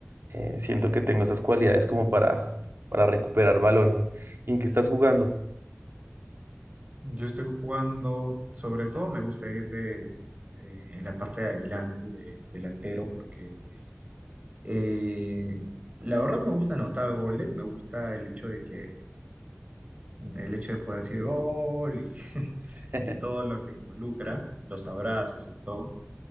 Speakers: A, on the right; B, on the right.
A: eh, siento que tengo esas cualidades como para, para recuperar balón. ¿Y, y en qué estás jugando?
B: Yo estoy jugando, sobre todo me gusta ir de, eh, en la parte de adelante, de delantero, porque eh, la verdad me gusta anotar goles, me gusta el hecho de que El hecho de poder decir gol y, <laughs>
A: <laughs>
B: y todo lo que involucra, los abrazos y todo.